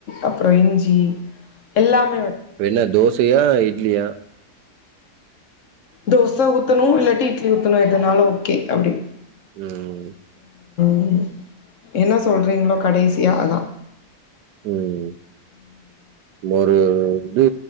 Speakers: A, on the left (about 55°); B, on the right (about 85°).
A: அப்றோ இஞ்சி எல்லாம்
B: என்ன தோ ச ஏ இட்லியா
A: தோச ஊத்தணு இல்லாட்டி இட்லி ஊத்தணு எதுனாலு ஓகே அப்டி
B: உஹம்
A: உ என்ன சொல்றீங்களோ கடைசி ஆனா
B: உம் வொரு இது